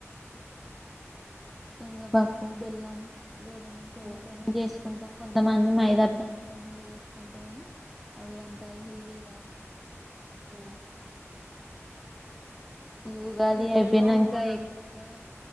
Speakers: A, in the centre; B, on the right (about 35°).
A: శనగపాకం బెల్లం గోదమ పిండితోనే
B: ఉమ్
A: చేసుకుంటాం కొంతమంది మైదా పండితో కూడా చేసుకుంటారు అవి ఎంత హెల్తీ నో ఏమో
B: ఊ
A: ఈ ఉగాది
B: మేమేమో
A: అయిపోయినంక
B: గోధామ్
A: ఎక్కువగా